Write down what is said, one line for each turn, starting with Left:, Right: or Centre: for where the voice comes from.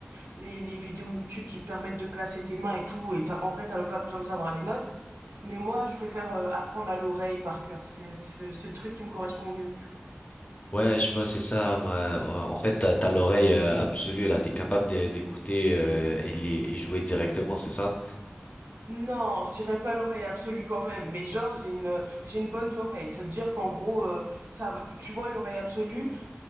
Right: les, les vidéos YouTube qui te permettent de placer tes mains et tout, et t'as, en vrai, t'as même pas besoin de savoir les notes. Mais moi, je préfère euh, apprendre à l'oreille par cœur. C'est, c'est, c'est le truc qui me correspond le mieux, tu vois.
Left: Ouais, je vois, c'est ça. moi. Euh, En fait, t'as, t'as l'oreille euh, absolue là. T'es capable d'é- d'écouter euh, et, les- et jouer directement, c'est ça?
Right: Non, je dirais pas l'oreille absolue quand même, mais genre j'ai une j'ai une bonne oreille. Ça veut dire qu'en gros euh, ça tu vois l'oreille absolue,